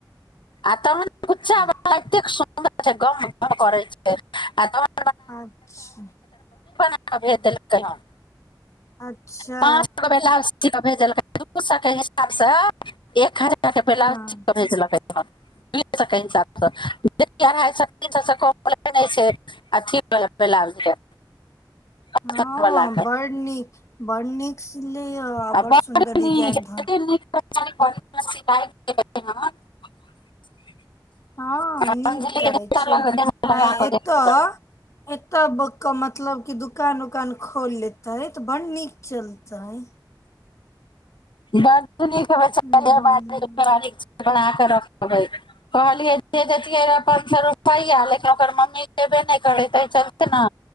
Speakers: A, on the left; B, on the left.
A: आ तहन
B: ह
A: कुच्चा
B: <unintelligible>
A: बला एतेक सुन्दर जे गम गम करै छै आ तहन
B: अच्छा
A: <unintelligible> अबे देलकै हन
B: अच्छा
A: पाँच गो भेल अस्सी गो भेजलकै दू साए के हिसाबसँ एक हजार ब्लाउज
B: हँ
A: भेजलकै <unintelligible> <unintelligible> <unintelligible> ब्लाउज के अस्तर
B: हँ
A: वाला के
B: बड़ नीक बड़ नीक सिलै या
A: आ
B: बड्ड
A: बड़
B: सुन्दर डिजाइन
A: नीक
B: धर
A: <unintelligible>
B: हँ नीक
A: अंजलि
B: करै
A: के देह
B: छै
A: लगा देह लगा
B: आ
A: कऽ
B: एतऽ
A: देख
B: एत्ते के मतलब की दु- दूकान उकान खोल लेतै तऽ बड़ नीक चलतै
A: बात <unintelligible>
B: हूँ
A: बनाक रखबै कहलियै जे अपन दे देतियै पांच सौ रुपैया लेकिन ओकर मम्मी खेबे नहि करे चलते ने